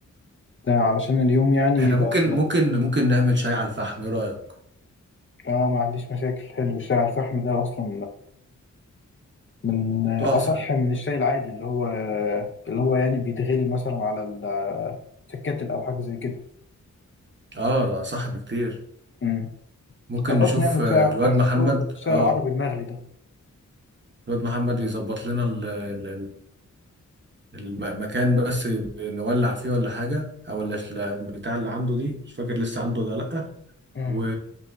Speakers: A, on the left; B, on the right.
A: ده علشان اليوم يعني
B: احنا
A: يبقى
B: ممكن ممكن ممكن نعمل شاي على الفحم ايه رأيك
A: اه ما عنديش مشاكل حلو الشاي على الفحم ده أصلا من
B: تحفة
A: أصح من الشاي العادي اللي هو اللي هو يعني بيتغلي مثلا على ال- في الكاتل أو حاجة زي كده
B: اه صح بكتير
A: مم.
B: ممكن
A: خلاص
B: نشوف
A: نعمل
B: آه،
A: شاي على الفحم
B: الواد محمد
A: هو بيبقى الشاي
B: اه
A: العربي المغلي ده
B: الواد محمد يظبط لنا ال ال ال المكان بس نولع فيه ولا حاجة او ال- بتاع اللي عنده دي مش فاكر لسه عنده ولا لأ
A: مم.
B: و...